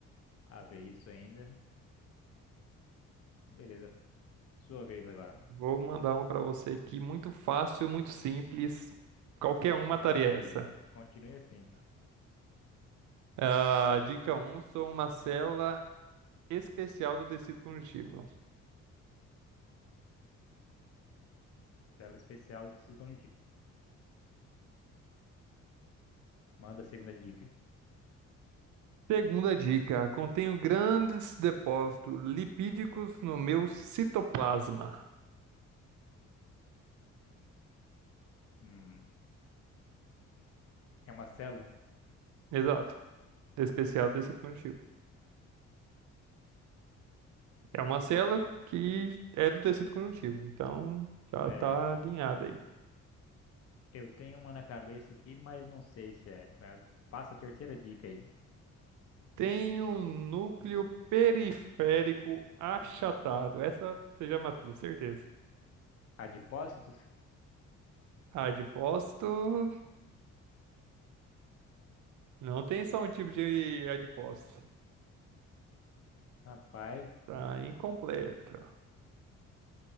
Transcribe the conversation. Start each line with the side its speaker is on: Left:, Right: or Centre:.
Left: a ver isso ainda. Beleza, sua vez agora, mano.
Right: Vou mandar uma pra você aqui, muito fácil, muito simples. Qualquer um mataria
Left: Maravilha.
Right: essa.
Left: Continue assim.
Right: Ah, dica um sou uma célula especial do tecido conjuntivo.
Left: Tela especial do Cisco Manda a segunda dica.
Right: Segunda dica, contenho grandes depósitos lipídicos no meu citoplasma.
Left: Hum, é uma célula?
Right: Exato, especial do tecido conjuntivo. É uma célula que é do tecido conjuntivo, então já
Left: Certo.
Right: está alinhada aí.
Left: Eu tenho uma na cabeça aqui, mas não sei se é. Mas Passa a terceira dica aí.
Right: Tem um núcleo periférico achatado. Essa você já matou, certeza.
Left: Adipócitos?
Right: Adipócito não tem só um tipo de adipócito.
Left: Rapaz.
Right: Tá incompleto.